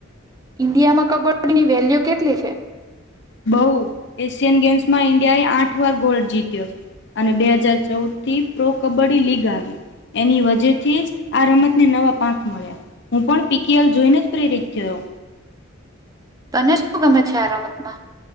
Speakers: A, on the right; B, on the left.
A: ઇન્ડિયા મા કબડ્ડી ની વેલ્યુ કેટલી છે?
B: બહુ એશિયન ગેમ્સમાં ઈન્ડિયાએ આઠ વાર ગોલ્ડ જીત. <unintelligible> અને બે હજાર ચૌદ થી પ્રો કબડ્ડી લીગ આવી એની વજથી જ આ રમત ને નવા પાંખ મળ્યા હું પણ પીકેએલ જોઈને પ્રેરિત થયો.
A: તને શું ગમે છે આ રમતમાં?